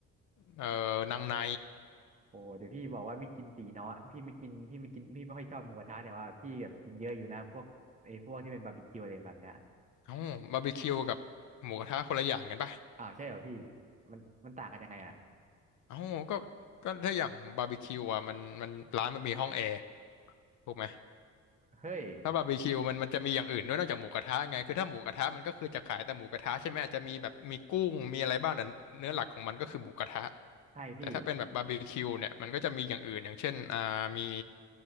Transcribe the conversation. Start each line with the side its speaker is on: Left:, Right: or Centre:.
Left: เออนางใน
Right: โอ้เดี๋ยวพี่บอกว่าไม่กินตีเนาะพี่ไม่กินพี่ไม่กินพี่ไม่ค่อยชอบหมูกระทะแต่ว่าพี่แบบกินเยอะอยู่นะพวกไอ้พวกที่เป็นบาร์บีคิวอะไรแบบเนี้ย
Left: เอ้าบาร์บีคิวกับหมูกระทะคนละอย่างกันป่ะ
Right: อ้าวใช่เหรอพี่มันมันต่างกันยังไงอ่ะ
Left: เอ้าก็ก็ถ้าอย่างบาร์บีคิวอ่ะมันมันร้านมันมีห้องแอร์ถูกไหม
Right: เฮ้ย
Left: ถ้าบาร์บีคิวมันมันจะมีอย่างอื่นด้วยนอกจากหมูกระทะไงคือถ้าหมูกระทะมันก็คือจะขายแต่หมูกระทะใช่ไหมอาจจะมีแบบมีกุ้งมีอะไรบ้างแต่เนื้อหลักของมันก็คือหมูกระทะ
Right: ใช่พี่
Left: แต่ถ้าเป็นแบบบาร์บีคิวเนี่ยมันก็จะมีอย่างอื่นอย่างเช่นอ่ามี